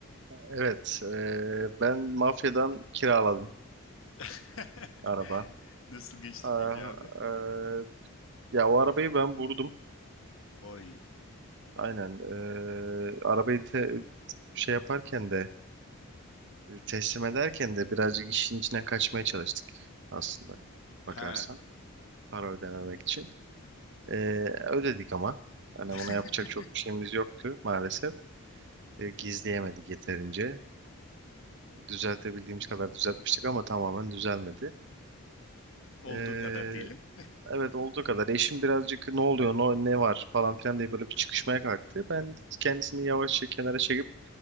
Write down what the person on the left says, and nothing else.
<laughs>
Nasıl geçti
peki abi?
Oy.
Ha.
<laughs>
Olduğu
kadar diyelim.